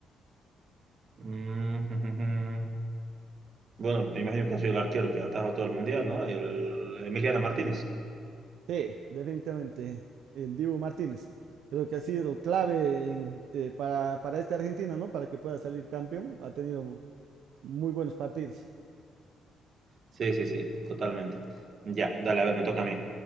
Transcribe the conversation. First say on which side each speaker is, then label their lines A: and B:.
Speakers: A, on the right; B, on the right.
A: Mm, <laughs> Bueno, me imagino que ha sido el arquero que ha atajado todo el mundial, ¿no? El Emiliano Martínez.
B: Sí, definitivamente, el Dibu Martínez. Creo que ha sido clave en, eh, para, para este Argentina, ¿no? Para que pueda salir campeón. Ha tenido muy buenos partidos.
A: Sí, sí, sí, totalmente. Ya, dale, a ver, me toca a mí.